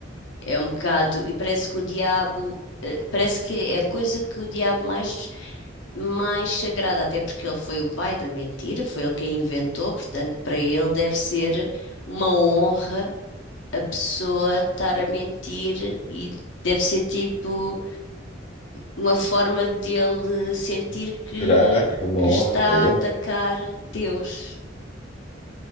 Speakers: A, on the left; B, on the left.
A: É um bocado. E parece que o diabo. eh, Parece que é a coisa que o diabo mais. mais sagrada, até porque ele foi o pai da mentira, foi ele quem inventou, portanto, para ele deve ser uma honra a pessoa estar a mentir e deve ser tipo uma forma dele sentir que,
B: Será que é uma
A: que
B: honra
A: está
B: para ele?
A: a atacar Deus.